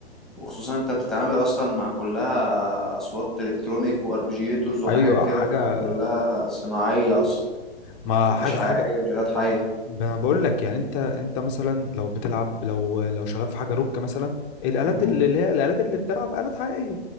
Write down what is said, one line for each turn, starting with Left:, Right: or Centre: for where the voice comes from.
Centre: وخصوصا انت بتتعامل اصلا مع كلها اصوات الكترونيك واربجيتورز وحاجات
Left: ايوه
Centre: كده
Left: حاجه
Centre: فاهم كلها صناعيه اصلا
Left: ما حاجه
Centre: مش حقيقيه
Left: حاجه
Centre: مش آلات حيه
Left: ب- انا بقول لك يعني انت انت مثلا لو بتلعب لو لو شغال في حاجه روك مثلا الالات
Centre: امم
Left: اللي اللي هي الالات اللي بتلعب الات حقيقيه